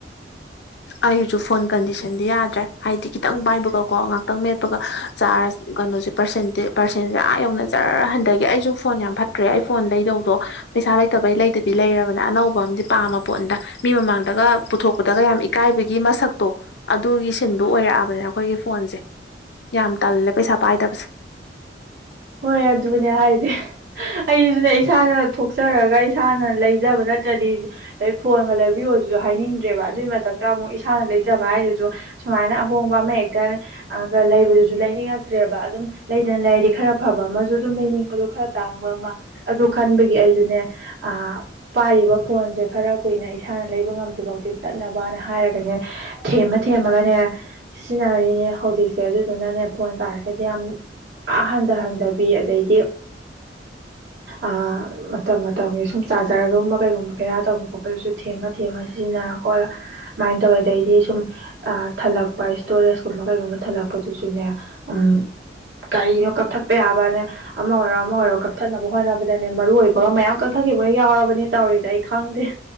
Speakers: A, on the left (about 70°); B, on the right (about 80°).
A: ꯑꯩꯁꯨ ꯐꯣꯟ ꯀꯟꯗꯤꯁꯟꯗꯤ ꯌꯥꯗ꯭ꯔꯦ ꯍꯥꯏꯗꯤ ꯈꯤꯇꯪ ꯄꯥꯏꯕꯒ ꯀꯣ ꯉꯥꯛꯇꯪ ꯃꯦꯠꯄꯒ ꯆꯥꯔꯖ ꯀꯩꯅꯣꯁꯦ ꯄꯥꯔꯁꯦꯟꯇꯦ ꯄꯥꯔꯁꯦꯟꯁꯦ ꯑꯥ ꯌꯧꯅ ꯖꯔ ꯍꯟꯗꯒꯤ ꯑꯩꯁꯨ ꯐꯣꯟ ꯌꯥꯝ ꯐꯠꯇ꯭ꯔꯦ ꯑꯩ ꯐꯣꯟ ꯂꯩꯗꯧꯗꯣ ꯄꯩꯁꯥ ꯂꯩꯇꯕꯩ ꯂꯩꯗꯕꯤ ꯂꯩꯔꯕꯅꯦ ꯑꯅꯧꯕ ꯑꯃꯗꯤ ꯄꯥꯝꯃ ꯄꯣꯠꯅꯤꯗ ꯃꯤ ꯃꯃꯥꯡꯗꯒ ꯄꯨꯊꯣꯛ ꯗꯒ ꯌꯥꯝ ꯏꯀꯥꯏꯕꯒꯤ ꯃꯁꯛꯇꯣ ꯑꯗꯨꯒꯤ ꯁꯤꯟꯗꯣ ꯑꯣꯏꯔꯛꯑꯕꯅꯦ ꯑꯩꯈꯣꯏꯒꯤ ꯐꯣꯟꯁꯦ ꯌꯥꯝ ꯇꯜꯂꯦ ꯄꯩꯁꯥ ꯄꯥꯏꯗꯕꯁꯦ
B: ꯍꯣꯏ ꯑꯗꯨꯅꯦ ꯍꯥꯏꯁꯦ ꯑꯩꯖꯨꯆꯦ ꯏꯁꯥꯅ ꯊꯣꯛꯆꯔꯒ ꯏꯁꯥꯅ ꯂꯩꯖꯕ ꯅꯠꯇ꯭ꯔꯗꯤ ꯐꯣꯟꯒ ꯂꯩꯕꯤꯌꯣ ꯍꯥꯏꯅꯤꯡꯗ꯭ꯔꯦꯕ ꯑꯗꯨꯒꯤ ꯃꯊꯛꯇ ꯑꯃꯨꯛ ꯏꯁꯥꯅ ꯂꯩꯖꯕ ꯍꯥꯏꯗꯨꯁꯨ ꯁꯨꯃꯥꯏꯅ ꯑꯍꯣꯡꯕ ꯑꯃ ꯍꯦꯛꯇ ꯂꯩꯕꯗꯨꯁꯨ ꯂꯩꯅꯤꯡꯉꯛꯇ꯭ꯔꯦꯕ ꯑꯗꯨꯝ ꯂꯩꯗꯅ ꯂꯩꯔꯗꯤ ꯈꯔ ꯑꯐꯕ ꯑꯃꯁꯨ ꯑꯗꯨꯝ ꯂꯩꯅꯤꯡꯕꯗꯣ ꯈꯔ ꯇꯥꯡꯕ ꯑꯃ ꯑꯗꯨ ꯈꯟꯕꯒꯤ ꯑꯩꯁꯨꯅꯦ ꯑꯥ ꯄꯥꯏ ꯐꯣꯟꯁꯦ ꯈꯔ ꯀꯨꯏꯅ ꯏꯁꯥꯅ ꯂꯩꯕ ꯉꯝꯗ꯭ꯔꯤꯐꯥꯎꯗꯤ ꯆꯠꯅꯕ ꯍꯥꯢꯔꯒꯅꯦ ꯊꯦꯝꯃ ꯊꯦꯝꯃꯒ ꯁꯤꯖꯤꯟꯅꯔꯤꯅꯦ ꯍꯧꯖꯤꯛꯁꯦ ꯑꯗꯨꯗꯨꯅꯅꯦ ꯐꯣꯟ ꯆꯥꯔꯖꯁꯦ ꯌꯥꯝ ꯑꯥ ꯇꯥꯍꯟꯗꯕꯤ ꯑꯗꯩꯗꯤ ꯑꯥ ꯃꯇꯝ ꯃꯇꯝꯒꯤ ꯁꯨꯝ ꯆꯥꯔꯖꯔꯒꯨꯝꯕ ꯀꯩꯒꯨꯝꯕ ꯕꯦꯔꯥ ꯇꯧꯕ ꯈꯣꯠꯄꯗꯨꯁꯨ ꯊꯦꯝꯃ ꯊꯦꯝꯃ ꯁꯤꯖꯤꯟꯅ ꯑꯈꯣꯏ ꯃꯥꯏꯟ ꯇꯧꯔꯦ ꯑꯗꯩꯗꯤ ꯁꯨꯝ ꯊꯜꯂꯛꯄ ꯏꯁꯇꯣꯔꯦꯁ ꯀꯨꯝꯕ ꯀꯩꯒꯨꯝꯕ ꯊꯜꯂꯛꯄꯗꯨꯁꯨ ꯅꯦ ꯎꯝ ꯀꯔꯤꯅꯣ ꯀꯛꯊꯠ ꯌꯥꯕꯅꯦ ꯑꯃ ꯑꯣꯏꯔꯣ ꯑꯃ ꯑꯣꯏꯔꯣ ꯀꯛꯊꯠꯅꯕ ꯍꯣꯠꯅꯕꯗꯅꯦ ꯃꯔꯨ ꯑꯣꯏꯕꯒ ꯃꯌꯥꯝ ꯀꯛꯊꯠꯈꯤꯕꯒ ꯌꯥꯎꯔꯕꯅꯦ ꯇꯧꯔ ꯁꯦ ꯑꯩ ꯈꯪꯗꯦ